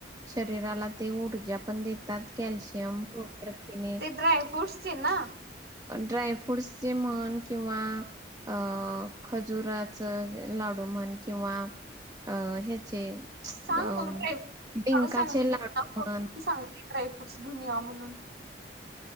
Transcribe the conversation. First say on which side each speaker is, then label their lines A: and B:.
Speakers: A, on the right; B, on the right.
A: शरीराला ते ऊर्जा पण देत. त्यात कॅलशियम प्रपथिने
B: ते ड्रायफ्रूट्सचे ना
A: ड्राय फ्रूटसचे म्हण किंवा अ खजुराच लाडू म्हण किंवा अ ह्याचे
B: सांग
A: अ
B: मग ड्रायर
A: डिंकाचे
B: काढू सांग मी
A: लाडू
B: फ
A: म्हण
B: सांगतेड्राय ड्रेफ्रुट्स घेऊन या म्हणून